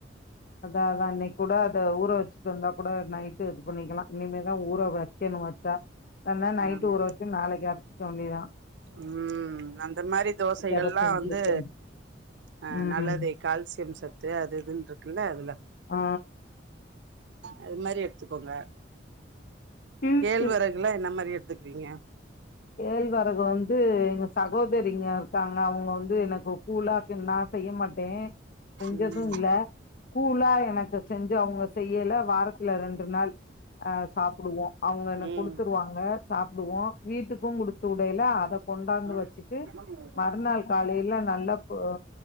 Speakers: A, on the left (about 50°); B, on the right (about 65°).
A: அதா அதா இன்னிக் கூட அத ஊற வச்சுட்டு வந்தா கூட நைட்டு பண்ணிக்கலா இனிமேதா ஊற வைக்கணு வச்சா இல்லன்னா நைட்டு்
B: ஆமா
A: ஊற வச்சு நாளைக்கு அரைச்சிக்க வேண்டிதா
B: ம் அந்த மாரி தோசைகள்ல்லா
A: அத செஞ்சு
B: வந்து
A: வைக்கிறே
B: அ
A: ம்
B: நல்லதே கால்சியம் சத்து அது இதுன்னு இருக்குல்ல அதுல
A: ஆ
B: அது மாரி எடுத்துக்கோங்க
A: இருக்கு
B: கேழ்வரகுல என்ன மாரி எடுத்துக் கிறிங்க
A: கேழ்வரகு வந்து எங்க சகோதரிங்க இருக்காங்க அவுங்க வந்து எனக்கு கூழா நா செய்ய மாட்டே செஞ்சதூ
B: ம்
A: இல்ல கூழா எனக்கு செஞ்சு அவுங்க செய்யல வாரத்துல ரெண்டு நாள் அ சாப்டுவோ அவங்க எனக்
B: ம்
A: குடுத்துருவாங்க சாப்டுவோ வீட்டுக்கு குடுத்து உடய்ல அத கொண்டாந்து
B: ம் ம்
A: வச்சுட்டு
B: ம்
A: மறுநாள் காலைல்ல நல்லா போ